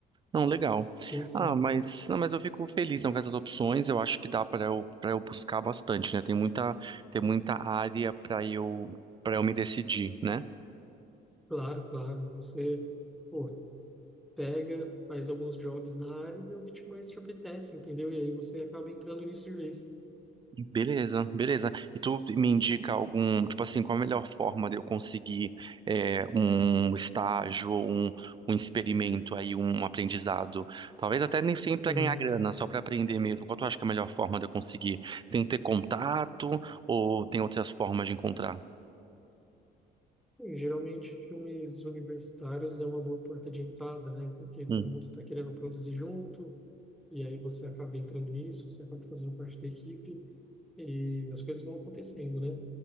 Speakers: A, on the right; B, in the centre.
A: Não, legal.
B: Sim, sim.
A: Ah, mas, não, mas eu fico feliz não, com essas opções. Eu acho que dá para eu para eu buscar bastante, né? Tem muita tem muita área para eu para eu me decidir, né?
B: Claro, claro. Você, pô, pega, faz alguns jobs na área e vê o que te- mais te apetece, entendeu? E aí você acaba entrando nisso de vez.
A: Beleza, beleza. E tu me indica algum, tipo assim, qual a melhor forma de eu conseguir é, um estágio, ou um, um experimento aí, um aprendizado? Talvez até nem sempre para
B: Uhum.
A: ganhar grana, só para aprender mesmo. Qual tu acha que é a melhor forma de eu conseguir? Tem que ter contato ou tem outras formas de encontrar?
B: Sim, geralmente filmes universitários é uma boa porta de entrada, né? Porque todo
A: Hum,
B: mundo está querendo produzir junto, e aí você acaba entrando nisso, você acaba fazendo parte da equipe, e as coisas vão acontecendo, né?